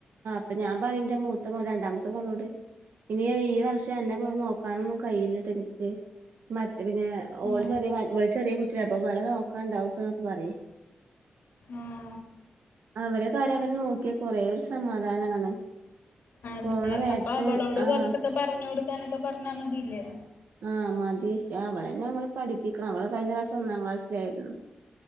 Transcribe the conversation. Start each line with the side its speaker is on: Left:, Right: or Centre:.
Right: പ്പൊ ഞാം പറിം ന്റെ മൂത്ത മോ രണ്ടാംത്തെ മോളോട് ഇനി ഈ വർഷം അന്നെ പോ നോക്കാനൊന്നും കയ്യില്ലട്ടൻക്ക് മറ്റ് പിന്നെ ഓള്
Left: ഉം
Right: ചെറി മ വെള് ചെറ്യേ കുട്ട്യല്ലെ അപ്പൊ വെളെ നോക്കാണ്ടാവുട്ടോന്നൊക്കെ പറ്യേ
Left: ആഹ്
Right: അവരെ കാര്യം അവര് നോക്ക്യാ കൊറേ ഒര് സമാധാനാണ്
Left: അതെ
Right: പോണ നേരത്ത്
Left: അപ്പൊ അവളോട്
Right: ആഹ്
Left: കൊറച്ചൊക്കെ പറഞ്ഞ് കൊട്ക്കാനൊക്കെ പർഞ്ഞാ മതീലേ
Right: ആഹ് മതി ക്ഷെ അവളെന്നെ മ്മള് പഠിപ്പിക്കണം അവള് കഴിഞ്ഞറാശ്യം ഒന്നാം ക്ലാസ്സ്ലായ്ര്ന്നു